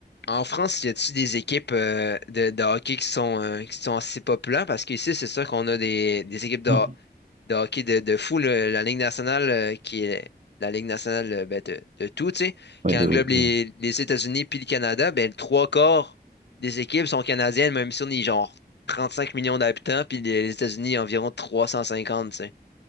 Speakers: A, on the left (about 80°); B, on the right (about 45°).
A: en France, y a t il des équipes euh, de, de hockey qui sont, euh, qui sont assez populaires? Parce qu'ici, c'est sûr qu'on a des, des équipes de,
B: Oui.
A: de hockey de, de fou, là, la Ligue nationale, euh, qui est la Ligue nationale euh, ben, de, de tout, tu sais,
B: Ouais,
A: qui
B: de
A: englobe
B: hockey.
A: les,
B: Ouais,
A: les États-Unis puis le Canada, ben, le trois quarts des équipes sont canadiennes, même si on est genre 35 millions d'habitants, puis les, les États-Unis environ trois cent cinquante tu sais.